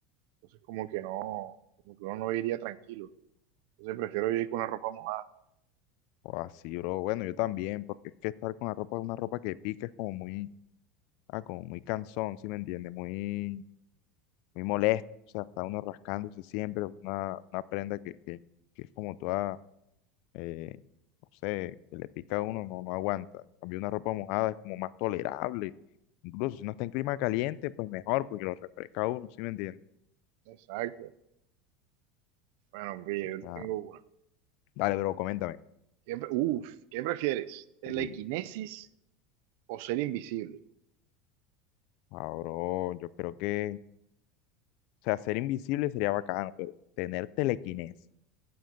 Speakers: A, on the right; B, on the left.
A: Entonces como que no, como que uno no iría tranquilo. Entonces prefiero yo ir con la ropa mojada.
B: O así, bro. Bueno, yo también, porque es que estar con la ropa, una ropa que pica es como muy, ah, como muy cansón, ¿sí me entiendes? Muy, muy molesto. O sea, está uno rascándose siempre, una, una prenda que, que, que es como toda, eh, no sé, que le pica a uno, no, no aguanta. En cambio, una ropa mojada es como más tolerable. Incluso si no está en clima caliente, pues mejor, porque lo refresca a uno, ¿sí me entiendes?
A: Exacto. Bueno, pille,
B: O
A: yo
B: sea,
A: tengo una.
B: dale, bro, coméntame.
A: ¿Qué, pre- uf, ¿qué prefieres? ¿Telequinesis
B: Uy,
A: o ser invisible?
B: ah, bro, yo creo que, o sea, ser invisible sería bacano, pero tener telequinesis.